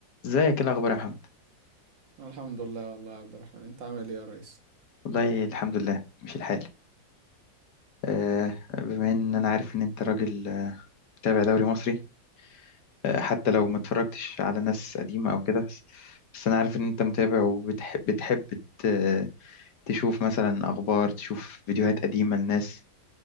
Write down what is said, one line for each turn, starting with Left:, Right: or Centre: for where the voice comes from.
Left: ازيك ايه الاخبار يا محمد
Right: الحمد لله والله يا عبد الرحمن انت عامل ايه يا ريس
Left: والله الحمد لله مش الحال آه بما ان انا عارف ان انت راجل آه، متابع دوري مصري آه حتى
Right: اه
Left: لو ما اتفرجتش على ناس قديمه او كده بس بس انا عارف ان انت متابع وبتحب بتحب ت- تشوف مثلا اخبار تشوف فيديوهات قديمه لناس